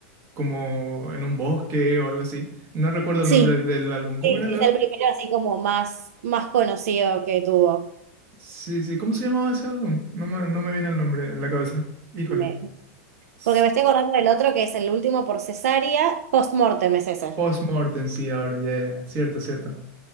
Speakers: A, on the right; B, on the right.
A: como en un bosque o algo así. No recuerdo
B: Sí,
A: el nombre del álbum, ¿cómo
B: sí,
A: era el
B: es
A: álbum?
B: el primero así como más, más conocido que tuvo.
A: Sí, sí, ¿cómo se llamaba ese álbum? No me, no me viene el nombre en la cabeza. Híjole.
B: Me-
A: S-
B: porque me estoy acordando del otro que es el último por cesárea, post-mortem es ese.
A: Postmortem, sí, ahora, ya, ya, ya. Cierto, cierto.